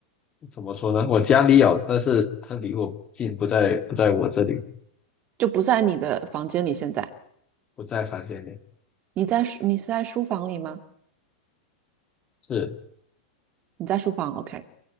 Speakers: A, on the left; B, on the right.
A: 怎么说呢？我家里有，但是它离我近，不在不在我这里，
B: 就不在你的房间里。现在
A: 不在房间里。
B: 你在书，你是在书房里吗？
A: 是
B: 你在书房。OK。